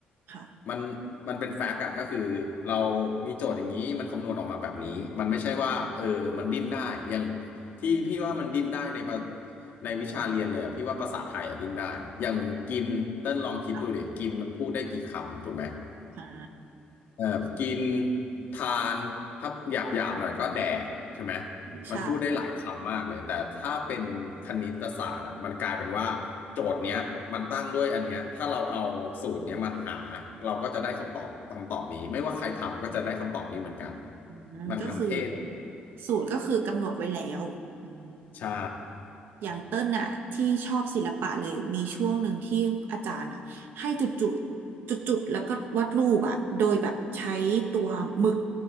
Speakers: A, on the right; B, on the left.
A: ค่ะ
B: มันมันเป็นแฟกต์อะก็คือเรามีโจทย์อย่างนี้มันคำนวณออกมาแบบนี้มันไม่ใช่ว่าเออมันดิ้นได้อย่างที่พี่ว่ามันดิ้นได้ในประในวิชาเรียนเลยอะพี่ว่าภาษาไทยอะดิ้นได้อย่างกินเต้นลองคิดดูดิกินมันพูดได้กี่คำถูกไหม
A: ค่ะอ่า
B: เออกินทานถ้าหยาบหยาบหน่อยก็แดกใช่ไหม
A: ใช่
B: มันพูดได้หลายคำมากเลยแต่ถ้าเป็นคณิตศาสตร์อะมันกลายเป็นว่าโจทย์เนี้ยมันตั้งด้วยอันเนี้ยถ้าเราเอาสูตรเนี้ยมาหาเราก็จะได้คำตอบคำตอบนี้ไม่ว่าใครทำก็จะได้คำตอบนี้เหมือนกัน
A: อืมก็คือ
B: มันมันเท่ตรงนี้
A: สูตรก็คือกำหนดไว้แล้วอืม
B: ใช่
A: อย่างเต้นน่ะที่ชอบศิลปะเลยมีช่วงหนึ่งที่อาจารย์อ่ะให้จุดจุดจุดจุดๆแล้วก็วาดรูปอ่ะโดยแบบใช้ตัวหมึก